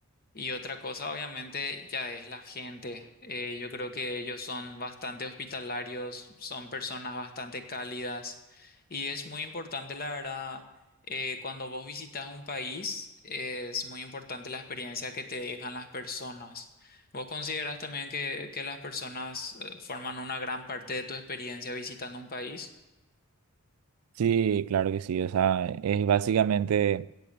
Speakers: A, on the left; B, on the right.
A: Y otra cosa, obviamente, ya es la gente. Eh, yo creo que ellos son bastante hospitalarios, son personas bastante cálidas y es muy importante, la verdad, eh, cuando vos visitas un país, eh, es muy importante la experiencia que te dejan las personas. ¿Vos consideras también que, que las personas eh, forman una gran parte de tu experiencia visitando un país?
B: Sí, claro que sí. O sea, es básicamente